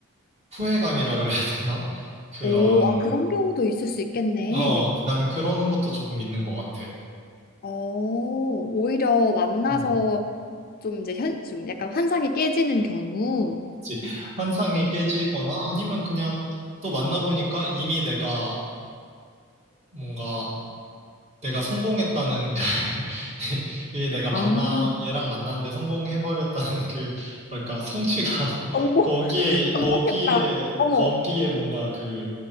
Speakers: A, on the right; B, on the left.
A: 후회감이라 그래야 되나? 그런
B: 오, 아, 그런 경우도 있을 수 있겠네.
A: 어, 나는 그런 것도 조금 있는 것 같아.
B: 어, 오히려 만나서
A: 음.
B: 좀 이제 현, 좀 약간 환상이 깨지는 경우.
A: 그치. 환상이 깨지거나 아니면 그냥 또 만나보니까 이미 내가 뭔가 내가 성공했다는 그, <laughs> 이미 내가
B: 아,
A: 만나, 얘랑 만났는데 성공해버렸다는 그, 뭐랄까, 성취감. <laughs>
B: 정복,
A: 거기에,
B: <laughs>
A: 거기에,
B: 정복했다. 어머,
A: 거기에 뭔가 그